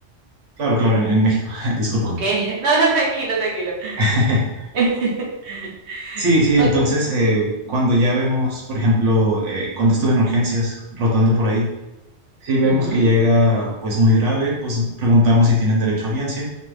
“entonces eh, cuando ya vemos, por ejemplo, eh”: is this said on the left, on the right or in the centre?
Right